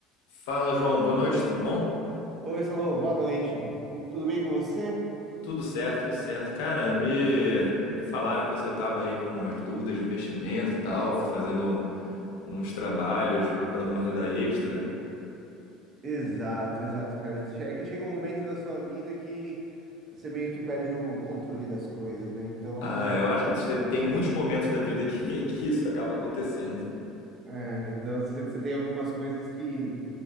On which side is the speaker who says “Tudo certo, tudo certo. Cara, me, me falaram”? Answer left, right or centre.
Left